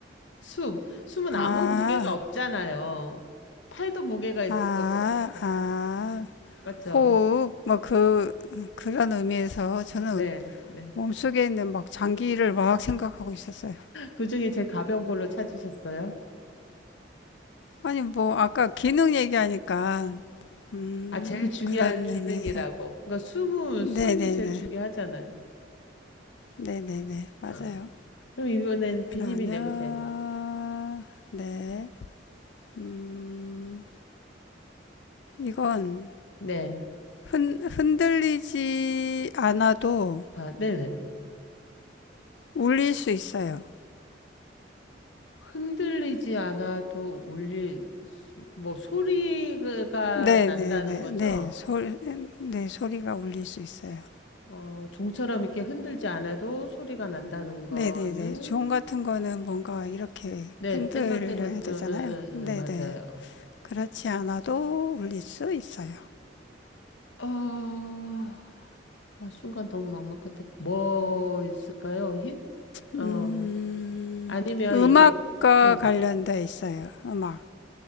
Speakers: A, on the left (about 80°); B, on the left (about 70°).
A: 숨. 숨은
B: 아,
A: 아무 무게가 없잖아요. 팔도 무게가 있을
B: 아,
A: 거고.
B: 아,
A: 맞죠?
B: 호흡, 뭐 그, 그런 의미에서 저는
A: 네, 네.
B: 몸속에 있는 막 장기를 막 생각하고 있었어요.
A: 그중에 제일 가벼운 걸로 찾으셨어요?
B: 아니, 뭐, 아까 기능 얘기하니까, 음,
A: 아, 제일 중요한
B: 그런
A: 기능이라고.
B: 의미에서.
A: 그러니까 숨은 숨이
B: 네네네.
A: 제일 중요하잖아요.
B: 네네네. 맞아요.
A: 아, 그럼 이번엔 비님이
B: 그러면,
A: 내보세요.
B: 네. 음, 이건
A: 네,
B: 흔, 흔들리지 않아도
A: 아, 네네.
B: 울릴 수 있어요.
A: 흔들리지 않아도 울릴 수, 뭐 소리가
B: 네,
A: 난다는
B: 네, 네,
A: 거죠?
B: 네, 소리, 네, 소리가 울릴 수 있어요.
A: 어, 종처럼 이렇게 흔들지 않아도 소리가 난다는 거는
B: 네, 네, 네. 종 같은 거는 뭔가 이렇게
A: 네,
B: 흔들려야
A: 땡글땡글,
B: 되잖아요.
A: 응, 응,
B: 네,
A: 응, 응, 맞아요.
B: 네. 그렇지 않아도 울릴 수 있어요.
A: 아, 아, 순간 너무 막막한데. 뭐 있을까요? 힌?
B: 음,
A: 어. 아니면
B: 음악과
A: 이게, 네.
B: 관련돼 있어요. 음악.